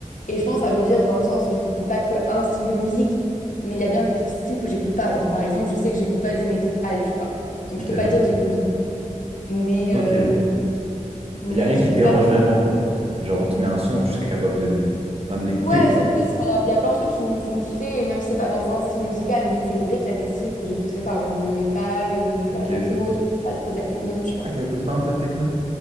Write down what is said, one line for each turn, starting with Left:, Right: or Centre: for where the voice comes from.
Left: et je pense que ça veut dire dans le sens, j'écoute pas que un style de musique, mais il y a bien des styles que j'écoute pas. Genre, par exemple, je sais que j'écoute pas du métal, tu vois. Donc,
Right: Ok,
Left: je peux pas
Right: ouais.
Left: dire j'écoute de tout, mais,
Right: Ok,
Left: euh,
Right: je vois.
Left: mais
Right: Il n'y a rien
Left: j'écoute
Right: qui te dérange
Left: pas.
Right: vraiment, quoi. Genre, on te met un son, tu serais capable de l- enfin, de l'écouter,
Left: Ouais,
Right: quoi.
Left: c'est
Right: c'est-
Left: plus, il y, a il y a plein de trucs qui me font kiffer, et même si c'est pas dans un style musical, mais c'est vrai qu'il y a des styles que j'écouterai pas, genre le métal, le, la
Right: Ok.
Left: techno, j'écoute pas trop de la techno, tu vois.
Right: Ah, t'écoutes pas un peu de techno?